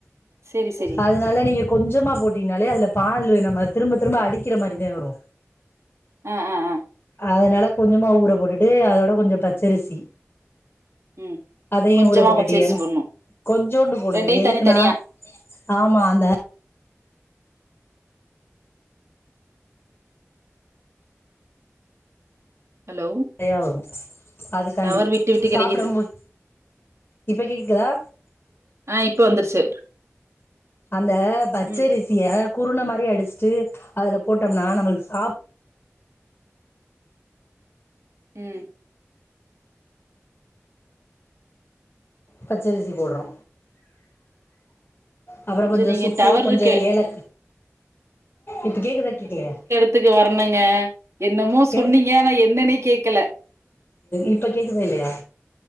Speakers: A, on the right; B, on the left.
A: செரி செரி
B: அதனால நீங்க கொஞ்சமா போட்டீங்கன்னாலே அதுல பாலு நம்ம திரும்ப திரும்ப அடிக்கிற மாரிதா வரு
A: ஆ ஆ அ
B: அதனால கொஞ்சமா ஊற போட்டுட்டு அதோட கொஞ்ச பச்சரிசி
A: ம்
B: அதையு
A: கொஞ்சமா
B: ஊற போட்டுட்டியல
A: பச்சரிசி போடணு
B: கொஞ்சோண்டு போடுங்க
A: ரெண்டையு
B: எதுக்குன்னா
A: தனித்தனியா
B: ஆமா அந்த
A: ஹலோ
B: நிறையா வரு அதுக்காண்டி
A: டவர் விட்டு விட்டு
B: சாப்பிடம்போது
A: கெடைக்குது
B: இப்ப கேக்குதா
A: ஆ இப்ப வந்துருச்சு
B: அந்த பச்சரிசு
A: ம்
B: எதாது குருன மாதிரி அடிச்சிட்டு அதுல போட்டோம்னா நம்மளுக்கு சாப்ட்
A: ம்
B: பச்சரிசி போடுறோ அப்புற
A: கொஞ்சோ
B: கொஞ்ச
A: நீங்க
B: சுக்கு
A: டவர்
B: கொஞ்ச
A: இருக்கு
B: ஏல இப்போ கேக்குதா கேகலையா
A: இத்துக்கு வர்ணுங்க என்னமோ சொன்னீங்க
B: கேளு
A: நா என்னன்னே கேக்கல
B: இப்ப கேக்குதா இல்லையா